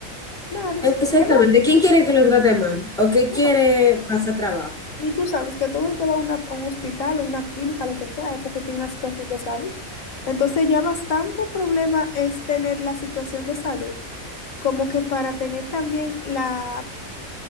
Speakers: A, on the left; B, in the centre.
A: Nadie.
B: Exactamente.
A: Es
B: ¿Quién quiere que lo trate mal? ¿O qué
A: más,
B: quiere pasar trabajo?
A: Y tú sabes que todo el que va a, una- a un hospital o una clínica, lo que sea, es porque tiene una situación de salud. Entonces ya bastante problema es tener la situación de salud, como que para tener también la,